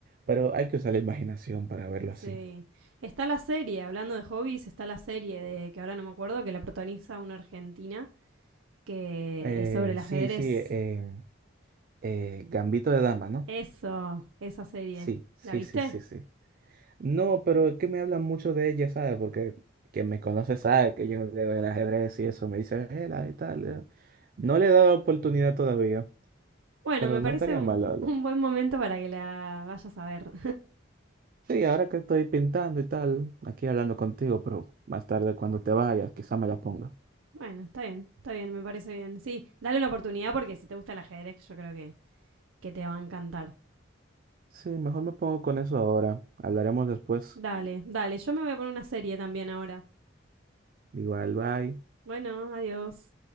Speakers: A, on the right; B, on the right.
A: Pero hay que usar la imaginación para verlo
B: Sí.
A: así.
B: Está la serie, hablando de hobbies, está la serie de que ahora no me acuerdo, que la protagoniza una argentina, que
A: Eh,
B: es sobre el
A: sí,
B: ajedrez.
A: sí. em, eh, Gambito de Dama, ¿no?
B: Eso, esa serie.
A: Sí, sí,
B: ¿La viste?
A: sí, sí, sí. No, pero es que me hablan mucho de ella, ¿sabes? Porque quien me conoce sabe que yo leo el ajedrez y eso. Me dice, eh, la de tal. eh". No le he dado oportunidad todavía.
B: Bueno,
A: Pero
B: me
A: no
B: parece
A: estaría
B: un,
A: mal, la verdad.
B: un buen momento para que la vayas a ver.
A: Sí, ahora que estoy pintando y tal, aquí hablando contigo, pero más tarde cuando te vayas, quizá me la ponga.
B: Bueno, está bien, está bien, me parece bien. Sí, dale una oportunidad porque si te gusta el ajedrez, yo creo que, que te va a encantar.
A: Sí, mejor me pongo con eso ahora. Hablaremos después.
B: Dale, dale, yo me voy a poner una serie también ahora.
A: Igual, bye.
B: Bueno, adiós.